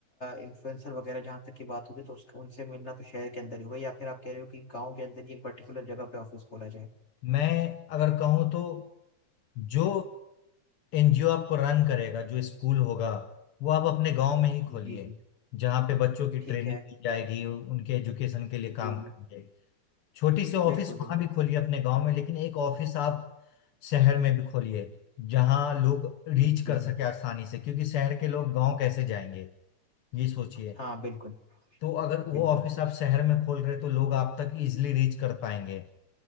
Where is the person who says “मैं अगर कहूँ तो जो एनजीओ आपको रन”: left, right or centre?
Left